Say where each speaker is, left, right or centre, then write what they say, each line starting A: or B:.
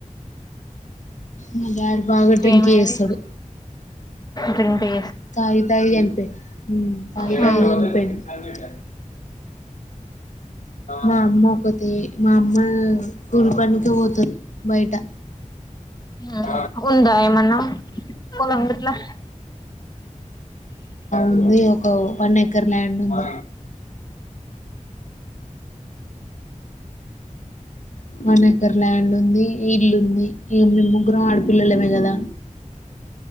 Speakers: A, on the left; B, on the left.
A: మా డాడీ బాగా డ్రింక్
B: ఏమైంది.
A: చేస్తాడు
B: డ్రింక్ చే,
A: తాగి తాగి చనిపోయిండు. తాగి
B: హ్మ్
A: తాగి చనిపోయిండు. మా అమ్మ ఒకతే మా అమ్మా కూలి పనికే పోతాది. బయట
B: హ్మ్
A: <unintelligible> ఆ
B: ఉందా ఏమన్నా పొలం గిట్లా
A: ఉంది ఒక వన్ ఎకర్ ల్యాండ్ ఉంది వన్ ఎకర్ ల్యాండ్ ఉంది ఇల్లు ఉంది ఇగ మేం ముగ్గురం ఆడ పిల్లలమే కదా